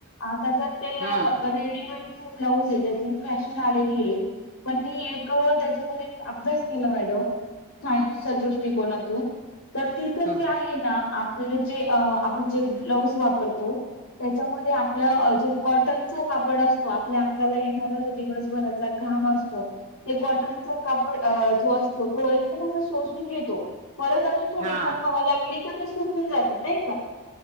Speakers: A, on the left (about 70°); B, on the right (about 35°).
A: आत तसच ते
B: हा
A: रेडीमेड ब्लाउज आहे त्याची फॅशन आलेली आहे पण मी त्याच्यावर अभ्यास केला मॅडम सायन्सच्या दृष्टिकोनातून तर तिथं
B: हम्म
A: जे आहे ना आ आप जे आपण जे ब्लाऊज वापरतो त्याच्यामध्ये आपलं जे कॉटनचा कापड असतो आपल्या अंगाला येणारा जो दिवसभराचा घाम असतो ते कॉटनचा कापड जो असतो तो एकदम असा शोसून घेतो परत अजून थोडीफार
B: हा
A: हवा लागली का सुकून जात नाही का